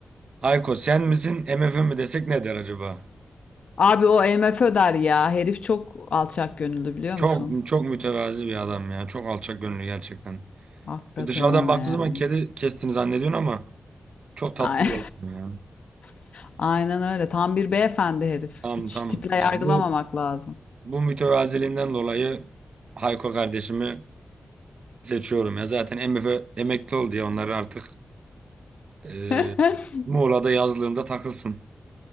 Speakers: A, on the right; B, on the left.
A: Hayko sen misin MFÖ mi desek ne der acaba?
B: Abi o MFÖ der ya. Herif çok alçak gönüllü biliyor
A: Çok
B: musun?
A: çok mütevazi bir adam ya çok alçak gönüllü gerçekten.
B: Hakikaten
A: Dışarıdan
B: öyle
A: baktığı
B: yani.
A: zaman kedi kestiğini zannediyorsun ama Çok tatlı
B: Ay-
A: bir eleman Ya.
B: <laughs> Aynen öyle. Tam bir beyefendi herif.
A: Tamam
B: Hiç
A: tamam.
B: tiple
A: Ya
B: yargılamamak
A: bu
B: lazım.
A: bu mütevaziliğinden dolayı Hayko kardeşimi seçiyorum ya. Zaten MF emekli oldu ya onları artık e,
B: <laughs>
A: Muğla'da yazlığında takılsın.